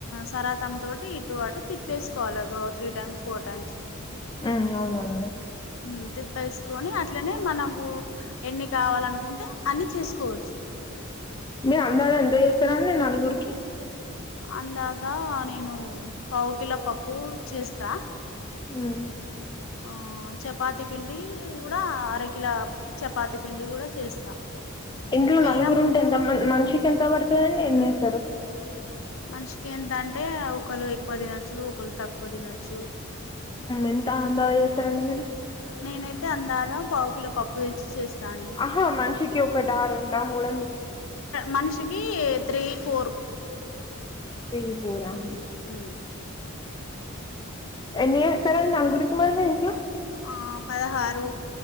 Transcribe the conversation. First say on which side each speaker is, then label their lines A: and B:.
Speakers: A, on the left; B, on the left.
A: సరాతమ్ తోటి ఇటు అటు తిప్పేసుకోవాలి త్రీ టైమ్స్ ఫోర్ టైమ్స్
B: హ్మ్మ్ అవునండి
A: హ్మ్మ్ తిప్పేసుకొని అట్లనే మనకు ఎన్ని కావాలనుకుంటే అన్ని చేసుకోవచ్చు
B: మీరు అన్నారండీ <unintelligible> నలుగురికి
A: అందాక నేను పావు కిలో పప్పుూ చేస్తా
B: హ్మ్మ్
A: ఆ చపాతి పిండి కూడా అరకిల చపాతి పిండి కూడా చేస్తా
B: ఇంట్లో
A: బెల్లం
B: నలుగురు ఉంటే ఎంత మనిషికి ఎంత పడుతుందండి ఏంది సడు
A: మనిషికి ఎంత అంటే ఒకలు ఎక్కువ తినొచ్చు ఒకళ్ళు తక్కువ తినొచ్చు
B: ఎంత ఎంత చేస్తారండి మీరు
A: నేనైతే అందాదా పావు కిలో పప్పు తెచ్చి చేస్తా అండి
B: ఆహా మనిషికి కి ఒకటా రెండా మూడ
A: మనిషికి త్రీ ఫోర్
B: త్రీ ఫోర్ అ
A: హ్మ్మ్
B: ఎన్ని చేస్తారండి నలుగురికి మీ ఇంట్లో
A: ఆ పదహారు